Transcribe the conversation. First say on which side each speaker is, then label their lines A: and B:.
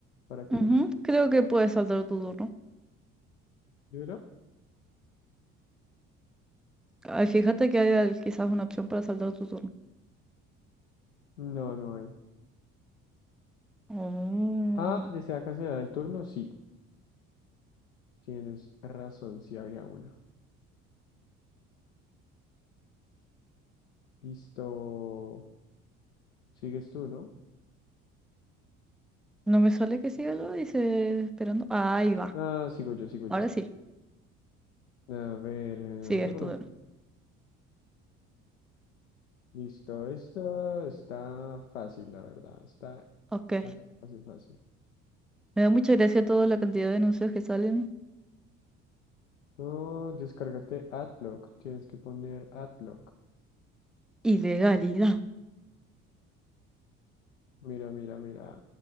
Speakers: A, on the left; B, in the centre.
A: para que
B: Ujú,
A: ya podamos.
B: Creo que puedes saltar tu turno.
A: ¿Yura?
B: Ay, fíjate que hay al- quizás una opción para saltar tu turno.
A: No, no hay.
B: Oh.
A: Ah, ¿desea cancelar el turno? Sí, tienes razón, sí había una. Listo. ¿Sigues tú, no?
B: No me sale que siga lo dice esperando. Ah, ahí va.
A: Ah, sigo yo, sigo yo.
B: Ahora sí.
A: A ver.
B: Sigues
A: ajá.
B: tú.
A: Listo, esto está fácil, la verdad. Está
B: Ok.
A: fácil, fácil, fácil.
B: Me da mucha gracia toda la cantidad de anuncios que salen.
A: No, descárgate Adlock. Tienes que poner Adlock.
B: Ilegalidad.
A: Mira, mira, mira.